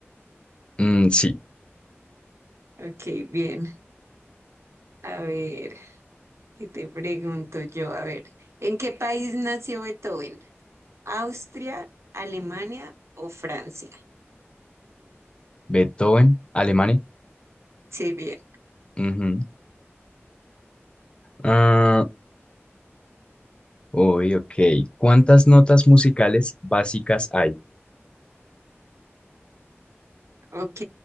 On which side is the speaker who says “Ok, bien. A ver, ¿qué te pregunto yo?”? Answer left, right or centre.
Right